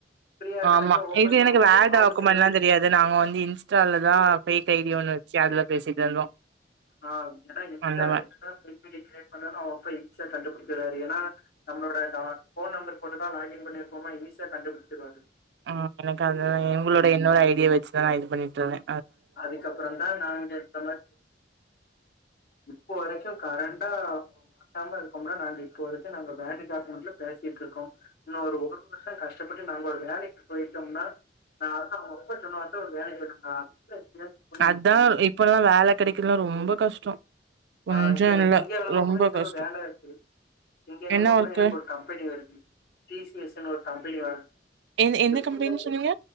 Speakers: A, on the left (about 60°); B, on the right (about 70°).
A: ஃப்ரீயா இருக்க
B: ஆமா
A: டைம்ல ஓபன்
B: இது
A: பண்ணும்போது
B: எனக்கு வேர்டு டாக்குமண்ட்ல
A: அவளுக்கு எல்லாம்
B: அது தெரியாது நாங்க வந்து இன்ஸ்டாலதா ஃபேக் ஐ டி ஒன்னு வச்சு அதுல பேசிட்டு இருந்தோ
A: ஆ ஏனா இன்ஸ்டா
B: அந்த மா
A: என்னதா ஃபேக் ஐ டி கிரியேட் பண்ணாலு அவ அப்பா ஈஸியா கண்டுபுடிச்சுற்றாரு ஏனா நம்மளோட டா ஃபோன் நம்பர் போட்டுதா லாக்இன் பண்ணி வப்பபா ஈஸியா கண்டுபுடுச்சுற்வாரு
B: அ எனக்கு அது எங்களோட இன்னொரு ஐ டிய வச்சுதா நா இது பண்ணிட்ருந்தே
A: அதுக்கப்பறந் தா நாங்க இந்த மாரி இப்ப வரைக்கு கரண்டா மாட்டாம இருக்கோம்னா நாங்க இப்போ வரைக்கு நாங்க வேர்டு டாக்குமண்ட்ல பேசிட்டு இருக்கோ இன்னோ ஒரு ஒரு வருஷோ கஷ்டப்பட்டு நாங்க ஒரு வேலைக்கு போய்ட்டோம்னா நா அதா அவுங்க அப்பா சொன்னவாட்டு ஒரு வேலைக்கு போய்டனா
B: அதா இப்பல்லா வேல கெடைக்கறல்லா ரொம்ப கஷ்டோ கொஞ்சோ
A: ஆ இப்ப எனக்கு
B: இல்ல
A: திங்க கெழம
B: ரொம்ப
A: கூட ஏதோ
B: கஷ்டோ
A: ஒரு வேல இருக்கு திங்ககெழம
B: என்ன
A: கூட
B: ஒர்க்கு
A: எனக்கு ஒரு கம்பனி வருது டி சி எஸ் னு ஒரு கம்பனி வரு
B: எந் எந்த
A: எப்டியாச்சு
B: கம்பெனின்னு சொன்னீங்க